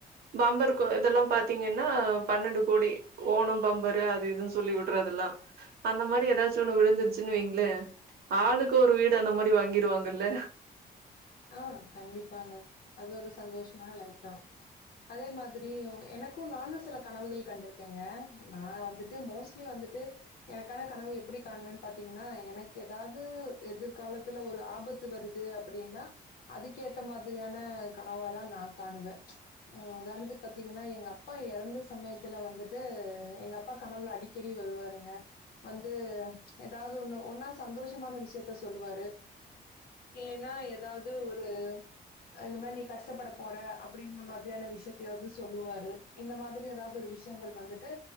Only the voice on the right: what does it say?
பம்பர் இதெல்லாம் பாத்தீங்கன்னா பன்னெண்டு கோடி ஓணம் பம்பரு அது இதுன்னு சொல்லி விடுறதெல்லாம் அந்த மாரி ஏதாச்சும் ஒண்ணு விழுந்துருச்சுன்னு வைங்களே ஆளுக்கு ஒரு வீடு அந்த மாரி வாங்கிடுவாங்கல்ல